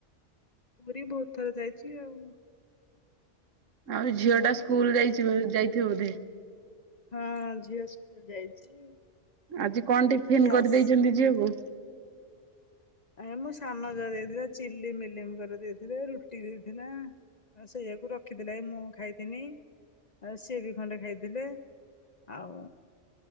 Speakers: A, on the left; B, on the right.
A: ପୁରୀ ବହୁତ ଥର ଯାଇଛି ଆଉ।
B: ଆଉ ଝିଅ ଟା ସ୍କୁଲ ଯାଇଛି ବୋ ଯାଇଥିବ ବୋଧେ
A: ହଁ ଝିଅ ଯାଇଛି।
B: ଆଜି କଣ
A: ଆଉ
B: ଟିଫନ୍
A: ସେ
B: କରିଦେଇଛନ୍ତି
A: ଆସିବ
B: ଝିଅକୁ
A: ଆ ମୁଁ ସାନଜ ଦେଇଥିଲା ଚି ମିଲମଙ୍କ ଦେଇଥିଲେ ରୁଟି ଦେଇଥିଲା। ଆ ସେଇୟାକୁ ର ରଖିଥିଲେ ମୁଁ ଖାଇଥିନି ଆଉ ସିଏ ବି ଖଣ୍ଡେ ଖାଇଥିଲେ ଆଉ।